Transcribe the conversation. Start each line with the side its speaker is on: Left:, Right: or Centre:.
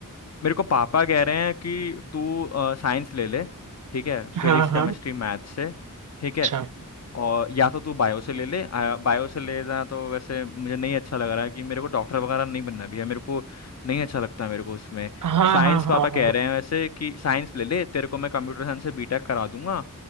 Left: मेरे को पापा कह रहे हैं कि तू साइंस ले ले ठीक है फिजिक्स
Right: हाँ हाँ
Left: केमिस्ट्री मैथ से ठीक
Right: अच्छा
Left: है और या तो तू बायो से ले ले आ, बायो से लेना तो वैसे मुझे नहीं अच्छा लग रहा है कि मेरे को डॉक्टर वगैरह नहीं बनना भी है मेरे को नहीं अच्छा लगता मेरे को उसमें
Right: हाँ
Left: साइंस
Right: हाँ हाँ
Left: पापा कह
Right: हाँ
Left: रहे हैं वैसे कि साइंस ले ले तेरे को मैं कंप्यूटर साइंस से बीटेक करा दूंगा